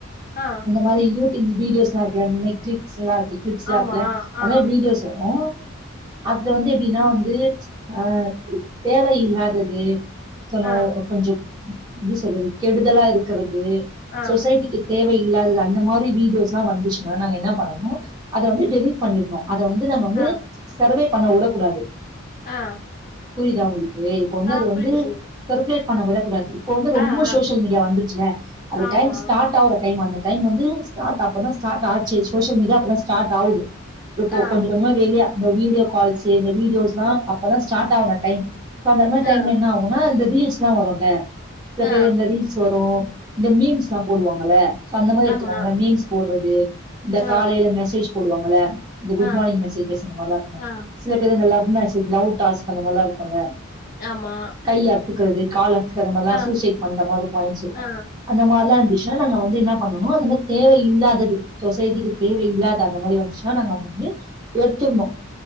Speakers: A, on the left; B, on the right.
A: ஆ
B: மாரி யூடியூப் வீடியோஸ்லா இருக்குல அந்த மாரி கிளிப்ஸ் எல்லா இருக்கு கிளிப்ஸ்லா
A: ஆமா
B: இருக்குல அத
A: ஆ
B: வீடியோஸ் வரு அதுல வந்து எப்டினா வந்து ஆ தேவயில்லாதது சொன்ன
A: ஆ
B: கொஞ்ச எப்டி சொல்றது கெடுதலா இருக்கிற து
A: ஆ
B: சொசைட்டிக்கு தேவ இல்லாதது அந்த மாரி வீடியோஸ் எல்லா வந்துச்சுன்னா நாங்க என்ன பண்ணனு அத வந்து டெலிட் பண்ணிறனு அத வந்து நாங்க வந்து
A: ஆ
B: சர்வே பண்ண விடக் கூடாது
A: ஆ
B: புரியுதா உங்களுக்கு இப்ப வந்து
A: ஆ
B: அது
A: புரியுது
B: வந்து
A: புரியுது
B: சர்க்குலேட் பண்ண விடக் கூடாது வந்து ரொம்ப
A: ஆ ஆ
B: சோஷியல் மீடியா வந்துச்சுல அது
A: ஆமா
B: டைம் ஸ்டார்ட் ஆவுற டைம் அந்த டைம் வந்து ஸ்டார்ட் அப்பதா ஸ்டார்ட் ஆச்சு சோசியல் மீடியா அப்பதா ஸ்டார்ட் ஆ அது இப்போ
A: ஆ
B: கொஞ்ச கொஞ்சமா வெளிய இந்த வீடியோ கால்ஸ் இந்த வீடியோஸ் எல்லா அப்பதா ஸ்டார்ட் ஆன டைம் சோ அந்த மாரி டைம்ல
A: ஆ
B: என்ன ஆவும்னா அந்த ரீல்ஸ் எல்லா வரும்ல சில
A: ஆ
B: பேரு இந்த ரீல்ஸ் வரு இந்த மீன்ஸ் எல்லா போடுவாங்கல்ல சோ அந்த மாரி எடுத்துக்கோங்கள
A: ஆமா
B: மீன்ம்ஸ் போட்றது இந்த
A: ஆ
B: காலையில மெசேஜ் போடுவாங்கல்ல இந்த குட்
A: ஆ
B: மார்னிங் மெசேஜஸ் இந்த மாரிலா இருக்கு
A: ஆ
B: சில பேர் இந்த லவ் மெசேஜ் லவ் டாஸ்க் அந்த மாரிலா இருக்கும்ல
A: ஆமா
B: கை அறுத்துக்கறது கால் அத்துக்கறது மாரில்லா
A: ஆ
B: சூசைட் பண்ற மாரி பாயிண்ட்ஸ் இருக்கு
A: ஆ
B: அந்த மாரிலா இருந்துச்சுன்னா நாங்க வந்து என்ன பண்ணணு அந்த மாரி தேவ இல்லாதது சொசைட்டிக்கு தேவைையில்லாத அந்த மாரி வந்துச்சுன்னா நாங்க அங்க வந்து எடுத்துட்ணு